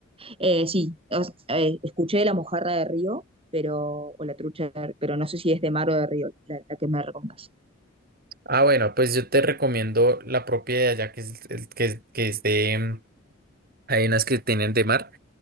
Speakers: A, on the right; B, on the right.
A: Eh, sí, os- eh, escuché de la mojarra de río, pero, o la trucha, de r- pero no sé si es de mar o de río, la, la que me recomendás.
B: Ah, bueno, pues yo te recomiendo la propia de allá, que es, el- que, es- que es de... mm, Hay unas que tienen de mar,